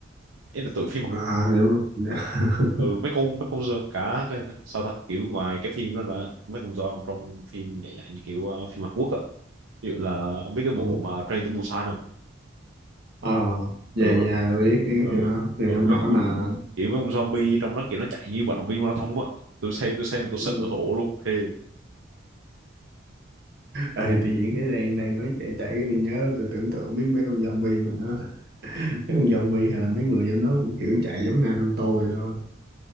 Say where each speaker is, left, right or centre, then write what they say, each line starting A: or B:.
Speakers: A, on the right; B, on the right.
A: ấy là tụi phim hằng-
B: à đúng rồi. Dạ. <laughs>
A: ừ mấy con mấy con zombie cả cái- sao ta kiểu ngoài cái phim đó là mấy con zombie trong phim dạng dạng như kiểu ờ, phim Hàn Quốc á ví dụ là ông biết cái bộ
B: Ừ.
A: mà Train to Busan không
B: ờ dạ
A: ừ mấy
B: dạ
A: con-
B: tôi biết cái
A: ừ
B: điều đó điều
A: ừ
B: đó nổi
A: mấy con
B: mà
A: kiểu mấy con zombie trong đó kiểu nó chạy như vận động viên marathon á tôi xem tôi xem mà tôi sợ
B: ừ.
A: hổ luôn thề
B: Ê, tự nhiên cái đang đang nói chạy chạy cái tôi nhớ tôi tưởng tượng biết mấy con zombie mà nó mấy con zombie hay là mấy người giống nó cũng kiểu chạy giống Naruto vậy thôi